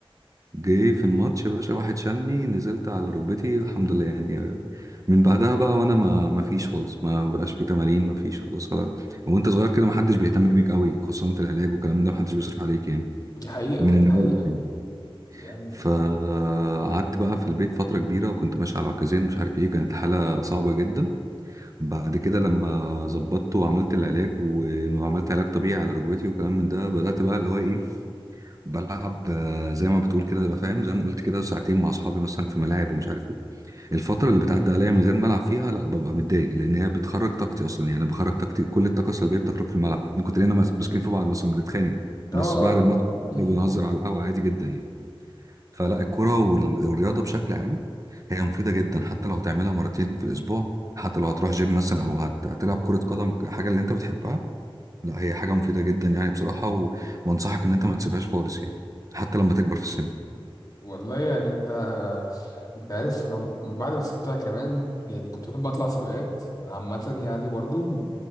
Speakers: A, on the right; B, on the left.
A: جه في الماتش يا باشا واحد شالني نزلت على ركبتي الحمد لله يعني من بعدها بقى وانا ما ما فيش خالص ما بقاش في تمارين ما فيش خلاص خلاص وانت صغير كده ما حدش بيهتم بيك قوي خصوصا في العلاج والكلام ده ما حدش بيصرف عليك يعني
B: دي حقيقه
A: من النوادي
B: دي حقيقه
A: يعني
B: يعني
A: فقعدت بقى في البيت فترة كبيرة وكنت ماشي على عكازين مش عارف ايه كانت حالة صعبة جدا بعد كده لما ظبطت وعملت العلاج وعملت علاج طبيعي على ركبتي وكلام من ده بدأت بقى اللي هو ايه بلعب آه، زي ما بتقول كده ببقى فاهم زي ما قلت كده ساعتين مع اصحابي مثلا في ملاعب ومش عارف ايه الفتره اللي بتعدي عليا من غير ما العب فيها لا ببقى متضايق لان هي بتخرج طاقتي اصلا يعني أنا بخرج طاقتي كل الطاقه السلبيه بتخرج في الملعب من كتر اننا ماس- ماسكين في بعض مثلا بنتخانق
B: اه
A: بس بعد
B: اه
A: الماتش بنقعد
B: <laughs>
A: ونهزر على القهوه عادي جدا يعني فلا الكره وال- والرياضه بشكل عام هي مفيده جدا حتى لو هتعملها مرتين في الاسبوع حتى لو هتروح جيم مثلا او هت- هتلعب كره قدم حاجه اللي انت بتحبها لا هي حاجه مفيده جدا يعني بصراحه و... وانصحك ان انت ما تسيبهاش خالص يعني حتى لما تكبر في السن
B: والله يعني انت انت عارف انا بعد ما سبتها كمان يعني كنت بحب اطلع سباقات انا عامه يعني برضو ب-